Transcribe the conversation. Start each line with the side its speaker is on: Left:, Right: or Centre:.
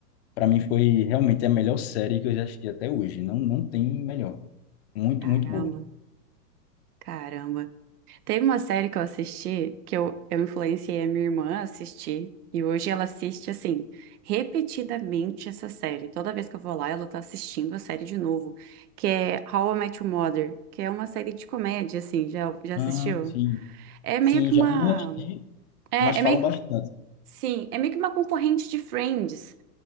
Left: pra mim foi realmente a melhor série que eu já assisti até hoje, não, não tem melhor, muito,
Right: Caramba,
Left: muito boa.
Right: caramba. Teve uma série que eu assisti que eu, eu influenciei a minha irmã a assistir e hoje ela assiste assim, repetidamente essa série. Toda vez que eu vou lá, ela tá assistindo a série de novo, que é How I Met Your Mother, que é uma série de comédia assim, já já
Left: Ah,
Right: assistiu?
Left: sim.
Right: É meio
Left: Sim,
Right: que
Left: já
Right: uma
Left: não assisti,
Right: é,
Left: mas falam
Right: é meio
Left: bastante.
Right: que Sim, é meio que uma concorrente de Friends,